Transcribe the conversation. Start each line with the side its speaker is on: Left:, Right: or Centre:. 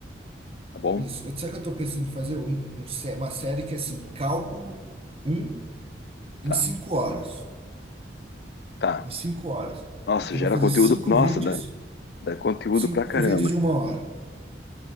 Left: Tá bom?
Right: Isso. Eu- Sabe o que eu tô pensando em fazer? Um- um sé- uma série que é assim, cálculo um
Left: Tá,
Right: em 5 horas.
Left: tá.
Right: Em 5 horas.
Left: Nossa,
Right: Então
Left: gera
Right: eu vou fazer
Left: conteúdo.
Right: cinco
Left: Nossa,
Right: vídeos,
Left: dá, dá conteúdo
Right: cinco
Left: pra caramba.
Right: vídeos de uma hora,